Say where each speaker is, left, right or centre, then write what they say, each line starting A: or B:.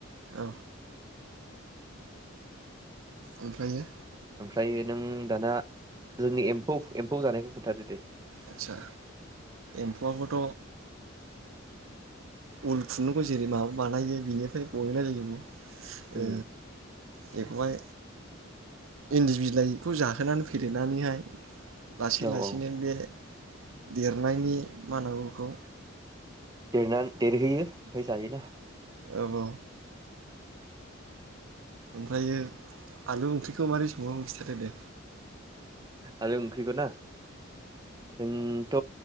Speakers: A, on the right; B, on the right.
A: औ ओमफ्रायो
B: ओमफ्राय नों दाना जोंनि एम्फौ-एम्फौ जानायखौ खोन्थादो दे।
A: आदचा एम्फौआबोथ उल खुन्दुंखौ जेरै माबा बानायो बिनिफ्राय गहोनाय जायो। ओ
B: उम
A: बेखौहाय इन्दि बिलाइखौ जाहोनानै फेदेरनानैहाय लासै
B: औ
A: लासैनो
B: औ
A: बे देरनायनि मा होनना बुङो बेखौ
B: देर देरहैयो ओमफ्राय जायोना।
A: औ-औ ओमफ्रायो आलु ओंख्रिखौ माबोरै संङो खिन्थादो दे।
B: आलु ओंख्रिखौ ना जों थ